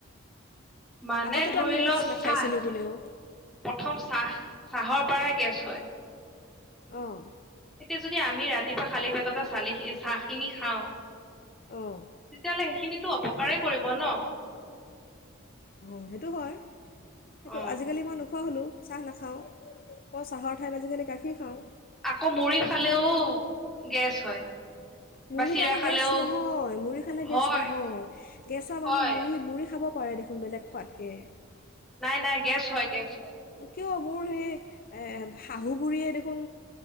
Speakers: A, in the centre; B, on the left (about 45°).
A: মানে
B: আগতেতো
A: ধৰি
B: আমি
A: ল
B: অ'টছ
A: চাহ,
B: নাখাইছিলোঁ কোনেও
A: প্ৰথম চাহ চাহৰ পৰাই গেছ হয়।
B: অহ।
A: এতিয়া যদি আমি ৰাতিপুৱা খালি পেটতে চালি চাহখিনি খাওঁ। তেতিয়াহ'লে
B: অঁ
A: সেইখিনিত টো অপকাৰে কৰিব ন'।
B: অ', সেইটো হয়, সেইটো
A: অ
B: আজিকালি মই নোখোৱা হ'লোঁ। চাহ নাখাওঁ অ', চাহৰ ঠাইত আজিকালি গাখীৰ খাওঁ।
A: আকৌ মুৰি খালেও গেছ হয়।
B: মুড়ি
A: বা চিৰা
B: খালে
A: খালেও
B: গেছ নহয়, মুড়ি খালে
A: হয়
B: গেছ নহয় গেছৰ মানুহে
A: হয়
B: মুড়ি, মুড়ি খাব কৰু দেখোন বেলেগ খোৱাতকে।
A: নাই, নাই গেছ হয়, গেছ হয়
B: কিয় মোৰ সেই শাহু এ বুঢ়ীয়ে দেখোন